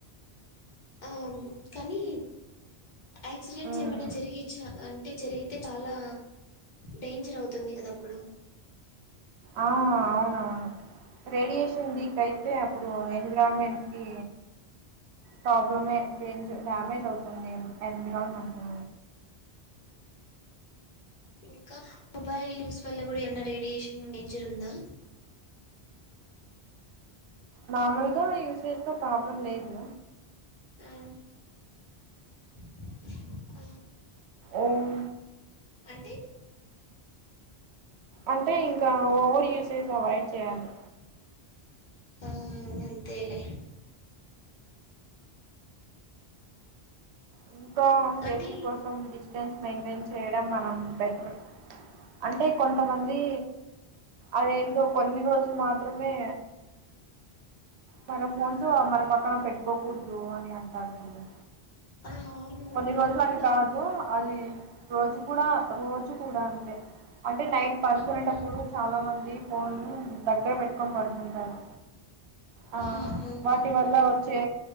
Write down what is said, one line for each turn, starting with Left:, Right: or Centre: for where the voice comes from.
Left: అమ్మ్ కానీ యాక్సిడెంట్స్
Right: మ్మ్
Left: ఏమనా జరిగే చ్చ ఆ అంటే జరిగితే చాలా డేంజర్ అవుతుంది కదా అప్పుడు
Right: ఆ అవునవును రేడియేషన్ వీక్ అయితే అప్పుడు ఎన్విరాన్మెంట్కి ప్రాబ్లమే, డేంజర్, డ్యామేజ్ అవుతుంది. ఎన్విరాన్మెంటు
Left: ఇంకా మొబైల్ యూస్ వల్ల కూడా ఏమన్న రేడియేషన్ డేంజరూందా
Right: నార్మల్గా యూస్ చేస్తాం. ప్రాబ్లం లేదు.
Left: ఆహ్ ఆమ్
Right: ఓం
Left: అంటే
Right: అంటే ఇంకా ఓవర్ యూసేజ్ అవాయిడ్ చేయాలి.
Left: ఓ అవునవున్ అంతేలే
Right: ఉహ్ సో సేఫ్టీ
Left: అంటే
Right: కోసం డిస్టెన్స్ మెయింటైన్ చేయడం. మనం బెట్రూ అంటే కొంతమంది. అదేంటో కొన్ని రోజులు మాత్రమే మన ఫోన్స్ మన పక్కన పెట్టుకోకూడదు. అని అంటారు చూడూ
Left: ఆ అవును
Right: కొన్ని
Left: అవును
Right: రోజులు
Left: అంటున్నారు
Right: అని కాదు. అది రోజు కూడా రోజు కూడా అంతే అంటే నైట్ పనుకునేటప్పుడు
Left: ఉమ్
Right: చాలామంది. ఫోన్ దగ్గర పెట్టుకొని పడుకుంటారు. ఆహ్
Left: ఆ అవునవును
Right: వాటి వల్ల వచ్చే